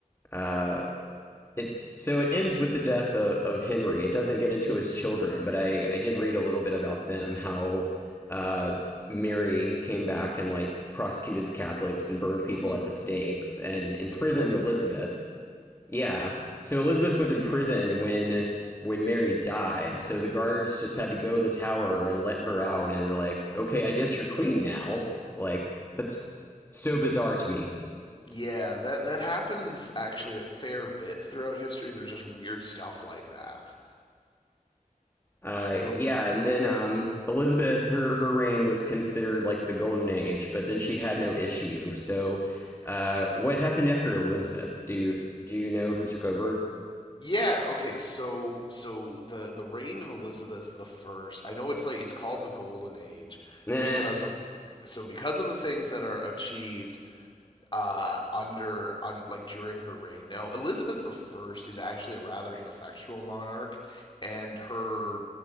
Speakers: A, on the left; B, on the left.
A: uh, It, so it ends with the death of, of Henry. It doesn't get into his children, but I, I did read a little bit about them, how uh, Mary came back and like prosecuted the Catholics and burned people
B: Mm-hmm.
A: at the stakes and
B: Mm,
A: imprisoned
B: Bloody
A: Elizabeth.
B: Mary.
A: Yeah. So Elizabeth was in prison when when Mary died. So the guards just had to go to the tower and let her out and were like, "Okay, I guess you're queen now." Like that's so bizarre to me.
B: Yeah, that that happens actually a fair bit throughout history. There's just weird stuff like that.
A: Uh,
B: When
A: yeah, and then um, Elizabeth, her her reign was considered like the golden age, but then she had no issue. So, uh, what happened after Elizabeth? Do you, do you know who took over?
B: yeah, okay, so so the the reign of Elizabeth the First. I know it's like it's called the Golden Age
A: Eh,
B: because of so because of the things that are achieved uh, under un, like during her reign. Now Elizabeth the First is actually a rather ineffectual monarch, and her